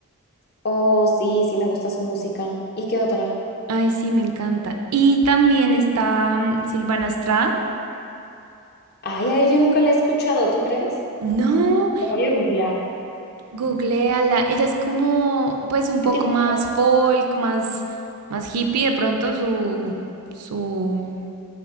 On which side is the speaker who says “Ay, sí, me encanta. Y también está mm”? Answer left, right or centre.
Right